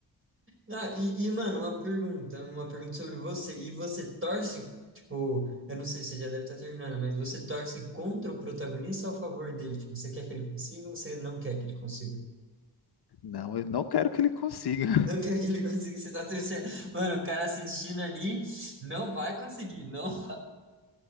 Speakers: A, on the right; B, on the left.
A: Ah, e, e, mano, uma pergunta, uma pergunta sobre você. E você torce, tipo, eu não sei, você já deve estar terminando, mas você torce contra o protagonista ou a favor dele? Tipo, você quer que ele consiga ou você não quer que ele consiga? <laughs>
B: Não, eu não quero que ele consiga.
A: Não quer que ele consiga, você tá torcendo. Mano, o cara assistindo ali não vai conseguir, não.